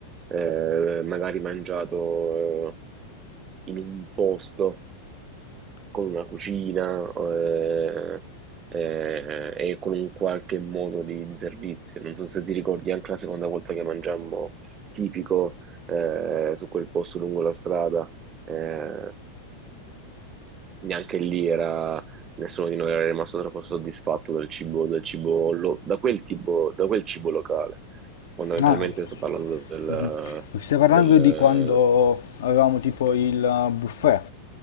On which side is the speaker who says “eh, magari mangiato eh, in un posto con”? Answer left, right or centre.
Right